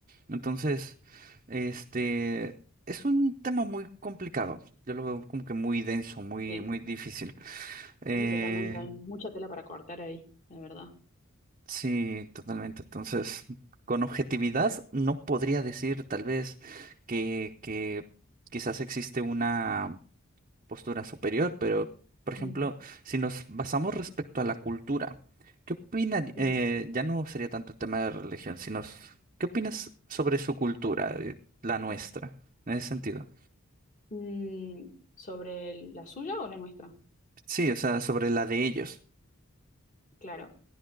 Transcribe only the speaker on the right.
Entonces, este es un tema muy complicado. Yo lo veo como que muy denso, muy,
muy difícil. Eh,
Sí, totalmente. Entonces, con objetividad no podría decir tal vez que, que quizás existe una postura superior, pero, por ejemplo,
si nos basamos respecto a la cultura, ¿qué opinas?
ya no sería tanto el tema de religión, sino s- ¿qué opinas sobre su cultura, eh, la nuestra, en ese sentido?
Sí, o sea, sobre la de ellos.